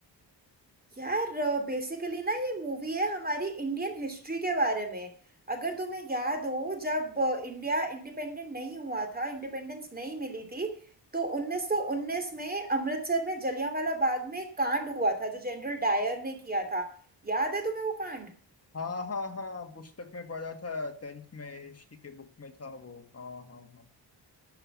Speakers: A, on the right; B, on the left.
A: यार बेसिकली ना ये मूवी है हमारी इंडियन हिस्ट्री के बारे में अगर तुम्हें याद हो जब अ, इंडिया इंडिपेंडेंट नहीं हुआ था इंडिपेंडेंस नहीं मिली थी तो 1919 में अमृतसर में जलियांवाला बाग में एक कांड हुआ था जो जनरल डायर ने किया था याद है तुम्हें वो कांड
B: हाँ हाँ हाँ पुस्तक में पढ़ा था टेंथ में हिस्ट्री के बुक में था वो हाँ हाँ हाँ